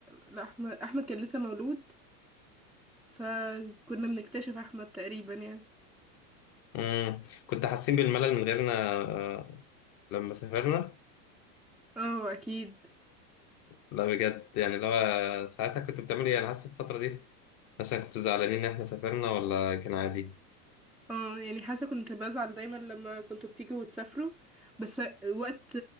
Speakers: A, in the centre; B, on the left.
A: لا احمد احمد كان لسه مولود فكنا بنكتشف احمد تقريبا يعني
B: مم، كنت حاسين بالملل من غيرنا آه، لما سافرنا
A: اه اكيد
B: لا بجد يعني لو آه، ساعتها كنت بتعملوا ايه انا حاسس الفترة دي مثلا كنتوا زعلانين ان احنا سافرنا ولا كان عادي
A: اه يعني حاسة كنت بزعل دايما لما كنتوا بتيجوا وتسافروا بس وقت